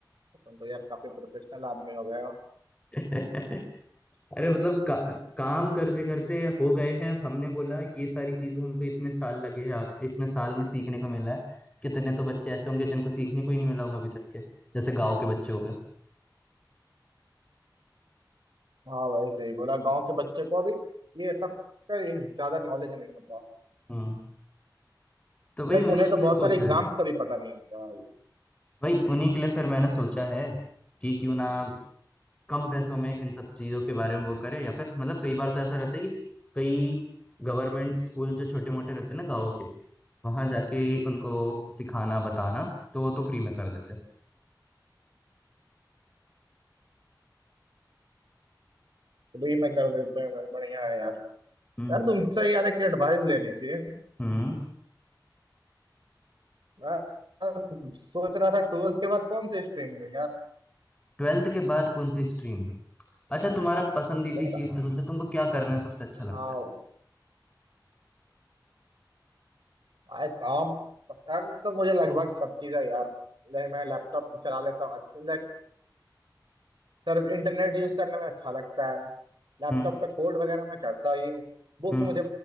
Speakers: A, on the right (about 80°); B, on the left (about 15°).
A: तुम तो यार काफी प्रोफेशनल आदमी हो गए हो
B: <laughs> अरे मतलब का, काम करते करते हो गए हैं अब हमने बोला ये सारी चीजें हमको इतने साल लगे हैं आ- इतने साल में सीखने को मिला है कितने तो बच्चे ऐसे होंगे जिनको सीखने को ही नहीं मिला होगा अभी तक के जैसे गांव के बच्चे हो गए
A: हाँ भाई सही बोला गांव के बच्चे को अभी ये सब का ये ज्यादा नॉलेज नहीं होता
B: हम्म तो वही
A: लाइक
B: उन्हीं
A: उन्हें तो
B: के
A: बहुत
B: लिए सोचा
A: सारे एग्जाम्स
B: है
A: का भी पता नहीं होता
B: वही उन्हीं के लिए फिर मैंने सोचा
A: तो, तो,
B: है कि क्यों ना कम पैसों में इन सब चीजों के बारे में वो करे या फिर मतलब कई बार तो ऐसा रहता है कि कई गवर्नमेंट स्कूल जो छोटे मोटे रहते हैं ना गाँव के वहां जाके उनको सिखाना बताना तो वो तो फ्री में कर देते हैं
A: तो भी मैं कर देते हैं भाई बढ़िया है यार
B: हम्म
A: यार तुमसे यार एक एडवाइस लेनी थी
B: हम्म
A: मैं मैं सोच रहा था ट्वेल्थ के बाद कौन से स्ट्रीम में यार
B: ट्वेल्थ के बाद कौन सी स्ट्रीम है अच्छा तुम्हारा पसंदीदा
A: लेगा
B: चीज तुमसे तुमको क्या करना है सबसे अच्छा
A: हाँ
B: लगता है
A: आई काम पसंद तो मुझे लगभग सब चीज़ है यार नहीं मैं लैपटॉप पे चला लेता हूँ अच्छा लाइक सिर्फ इंटरनेट यूज करने में अच्छा लगता है लैपटॉप
B: हम्म
A: पे कोड वगैरह मैं करता ही हूँ बुक्स
B: हम्म
A: मुझे